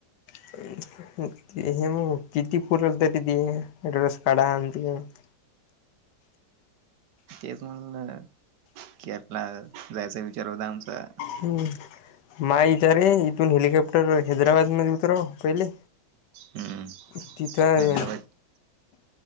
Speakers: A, on the left (about 75°); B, on the right (about 75°).
A: हे मग किती पुरल तरी ते ॲड्रेस काढा आणि त
B: तेच म्हणलं की आपला जायचा विचार होता आमचा
A: हम् मा इथ रे इथून हेलिकॉप्टर टर हैदराबादमध्ये उतराव पहिले
B: हम्म
A: तिथं.
B: हैदराबाद